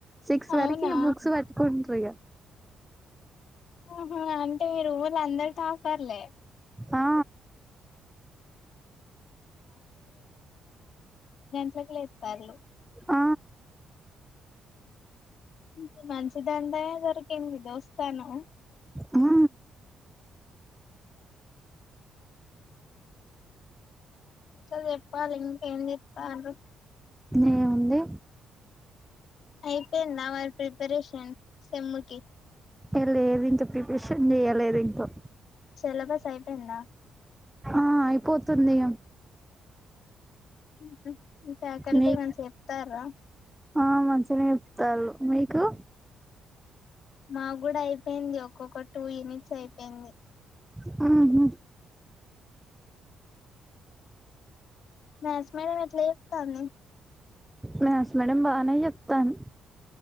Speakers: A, in the centre; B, on the left.
A: సిక్స్
B: అవునా
A: వరకు బుక్స్ పట్టుకుంటరు ఇగ
B: ఆహ అంటే మీ రూమొళ్ళు అందరూ టాపర్లే
A: ఆ
B: ఎంతకు లేత్తరు
A: ఆ
B: ఇ మంచిదండే దొరికింది దోస్తాను
A: ఆ
B: చల్ ఏప్పాలి ఇంకేం చేత్తరు
A: ఏం ఉంది
B: అయిపోయిందా వాళ్ల ప్రిపరేషన్ సేమ్ కి
A: ఏ లేదు ఇంకా ప్రిపరేషన్ చెయలేదు ఇంకా
B: సెలబస్ అయిపోయిందా
A: ఆ అయిపోతుంది ఇగా
B: ఇ మీ ఫ్యాకల్టీ
A: మీకు
B: ఏమైనా చెప్తారా
A: ఆ మంచిగా నే చెప్తారు మీకు
B: మా గూడా అయిపోయింది ఒక్కొక్క టూ యూనిట్స్ అయిపోయింది
A: హు హు
B: మాథ్స్ మేడం ఎట్లా చెప్తాంది
A: మాథ్స్ మేడం బానే చెప్తాంది